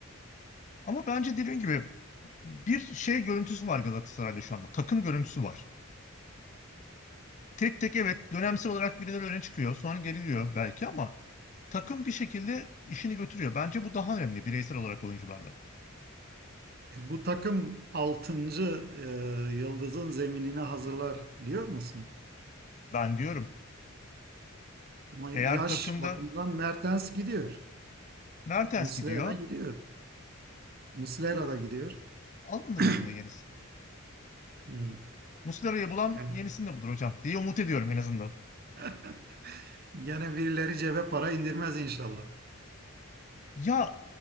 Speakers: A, on the left; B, on the right.
A: Ama bence dediğim gibi bir şey görüntüsü var Galatasaray'da şu anda. Takım görüntüsü var. Tek tek evet dönemsel olarak birileri öne çıkıyor sonra geriliyor belki ama takım bir şekilde işini götürüyor. Bence bu daha önemli bireysel olarak oyunculardan.
B: E, bu takım 6. yıldızın zeminini hazırlar diyor musun?
A: Ben diyorum
B: Ama
A: eğer
B: yaş
A: takımda
B: bakımından Mertens gidiyor.
A: Mertens
B: Muslera
A: gidiyor
B: gidiyor. Muslera
A: yine
B: da gidiyor.
A: alınır
B: <clears throat>
A: yerine yenisi.
B: Hmm.
A: Muslera'yı bulan
B: Yani
A: yenisini de bulur hocam diye umut ediyorum en azından.
B: <laughs> gene birileri cebe para indirmez inşallah.
A: Ya